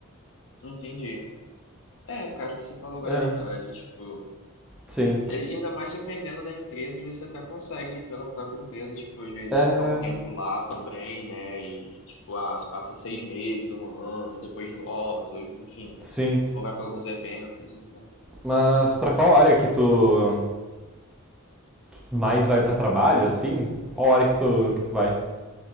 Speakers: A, on the left (about 65°); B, in the centre.
A: entendi. É, cara, o que você falou agora
B: É,
A: é verdade, tipo,
B: sim.
A: é- e ainda mais dependendo da empresa, às vezes você até consegue ir pela própria empresa, tipo, às vezes
B: É,
A: ficar um tempo lá também, né, e, tipo, ah, você passa seis meses, um ano, depois volta, enfim,
B: sim.
A: ou vai para alguns eventos, ainda.
B: Mas pra qual área que tu mais vai pra trabalho, assim? Qual área que tu, que tu vai?